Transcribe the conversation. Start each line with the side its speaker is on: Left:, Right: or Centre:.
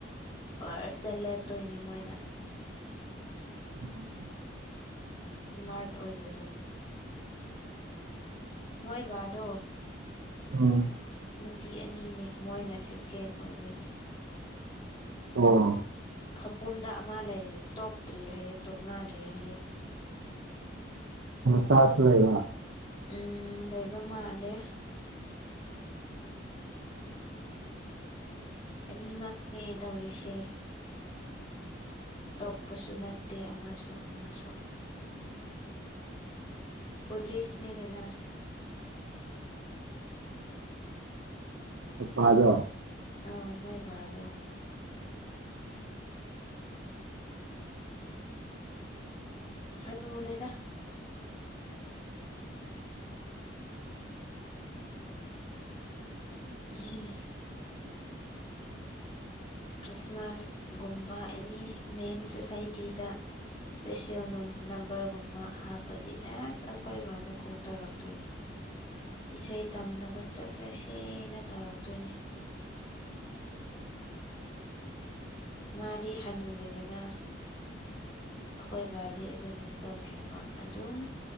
Left: ꯐꯥꯔꯁꯇ ꯂꯦꯞꯇꯣꯏꯅꯤ ꯃꯣꯏꯅ
Right: ꯎꯝ
Left: ꯏꯁ꯭ꯃꯥꯔꯠ ꯑꯣꯏꯕꯗꯣ ꯃꯣꯏꯕꯥꯗꯣ
Right: ꯎꯝ
Left: ꯅꯨꯄꯤ ꯑꯅꯤꯅꯦ ꯃꯣꯏꯅ ꯁꯦꯀꯦꯟ ꯑꯣꯏꯗꯣꯏꯅꯦ
Right: ꯑꯣ
Left: ꯈꯄꯨꯝꯗ ꯑꯃ ꯂꯩꯔꯤ ꯇꯣꯛꯇ꯭ꯔꯤ ꯍꯥꯏꯌꯦ ꯇꯣꯛꯅꯗ꯭ꯔꯤ ꯍꯥꯏꯌꯦ
Right: ꯆꯥꯁꯨ ꯂꯩꯕ
Left: ꯎꯝ ꯂꯩꯕ ꯃꯥꯜꯂꯦ ꯑꯅꯤꯃꯛꯅꯦ ꯇꯧꯔꯤꯁꯦ ꯇꯣꯛꯄꯁꯨ ꯅꯠꯇꯦ ꯑꯃꯁꯨ ꯑꯃꯁꯨ ꯄꯨꯂꯤꯁ ꯅꯗꯅ
Right: ꯑ ꯄꯥꯗ
Left: ꯑ ꯎꯃꯥꯏꯕ ꯑꯗꯨꯣ ꯍꯅꯉꯔꯦꯗ ꯎꯝ ꯈ꯭ꯔꯤꯁꯃꯥꯁꯒꯨꯝꯕ ꯑꯦꯅꯤ ꯃꯦꯟ ꯁꯣꯁꯥꯏꯇꯤꯗ ꯏꯁꯄꯦꯁꯦꯜ ꯅꯝꯕꯔꯒꯨꯝꯕ ꯍꯥꯞꯄꯗꯤ ꯑꯁ ꯑꯩꯈꯣꯏ ꯕꯥꯅ ꯀꯣꯜ ꯇꯧꯔꯛꯇꯣꯏꯅꯦ ꯏꯁꯩ ꯇꯝꯅꯕ ꯆꯠꯂꯁꯦꯅ ꯇꯧꯔꯛꯇꯣꯏꯅꯦ ꯃꯥꯗꯤ ꯍꯟꯅꯨꯔꯦꯗꯅ ꯑꯩꯈꯣꯏꯕꯗꯤ ꯑꯗꯨꯕꯨꯗꯤ ꯇꯧꯗ꯭ꯦꯕ ꯑꯗꯨꯝ